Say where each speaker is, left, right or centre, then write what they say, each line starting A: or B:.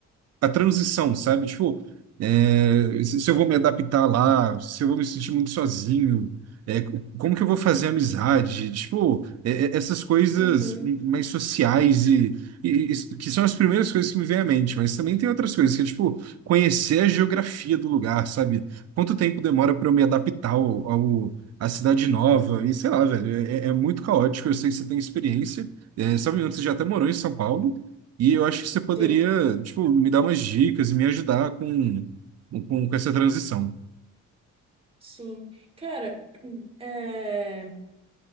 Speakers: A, on the right (about 55°); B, on the right (about 20°).
A: a transição, sabe? Tipo, é, se se eu vou me adaptar lá, se eu vou me sentir muito sozinho, é, co- como que eu vou fazer amizade? Tipo, é, é, essas coisas
B: Uhum,
A: mais sociais e, e- e- que são as primeiras coisas que me vêm à mente, mas também tem outras coisas que é, tipo, conhecer a geografia do lugar, sabe? Quanto tempo demora para eu me adaptar ao, ao- à cidade nova? E sei lá, velho, é, é é muito caótico. Eu sei que você tem experiência. É, se eu não me engano, você já até morou em São Paulo. E eu acho que você poderia,
B: sim,
A: tipo, me dar umas dicas e me ajudar com, com, com essa transição.
B: sim. Cara, é...